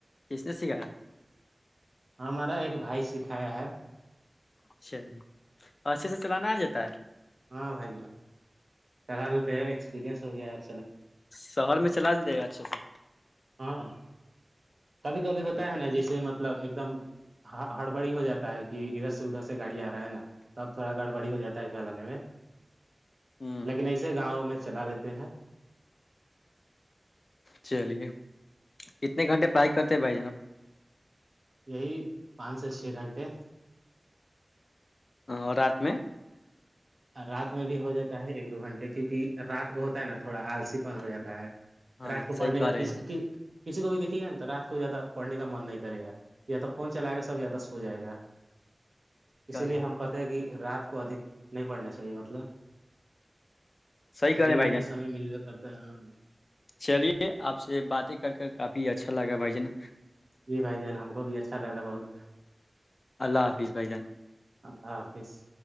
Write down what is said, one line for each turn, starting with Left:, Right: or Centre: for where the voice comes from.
Left: کس نے سکھایا
Right: ہمارا ایک بھائی س کھایا ہے
Left: شی اچھے سے چلانا آ جاتا ہے
Right: ہاں بھ جان چل لیتے ایک سو پرییاس ہو گپ
Left: شہر میں چلا جائے گا اچھے سے
Right: ہاں کبھی کبھی ہوتا ہے نا جسے مطلب ایک دم ہڑبڑی ہو جاتا ہے کہ ادھر سے ادھر سے گاڑی آ رہا ہے نا تب تھوڑا گڑبڑی ہو جاتا ہے چلانے میں
Left: ہوں
Right: لیکن ایسے گاؤں میں چلا لیتے ہیں
Left: چلیے کتنے گھنٹے پرائی کرتے ہیں بھائی جانب
Right: یہی پانچ سے چھ گھنٹے
Left: اور رات میں
Right: رات میں بھی ہو جاتا ہے ایک دو گھنٹے کیونکہ رات کو ہوتا ہے نا تھوڑا آلسی پن ہو جاتا ہے
Left: ہاں
Right: رات کو پڑھنے
Left: صحیح کہ
Right: کا
Left: رہے
Right: کس
Left: ہیں
Right: کسی کو بھی دیکھیے گا نا تو رات کو زیادہ پڑنے کا من نہیں کرے گا یا تو فون چلائے گا سب یا تو سو جائے گا اسی
Left: کہ رہے
Right: لیے ہم کہتے ہیں کہ رات کو ادھ نہیں پڑھنا چاہیے مطلب
Left: صحیح کر
Right: دن
Left: رہے بھائی
Right: میں تو
Left: جان
Right: سمے ملو کرتا ہے ہاں
Left: چلیے آپ سے باتیں کر کر کافی اچھا گ گا بائیے نا
Right: جی بھائی جان ہم کو بھی اچھا لگا بہت
Left: اللہ حافظ بھائی جان
Right: اللہ حافظ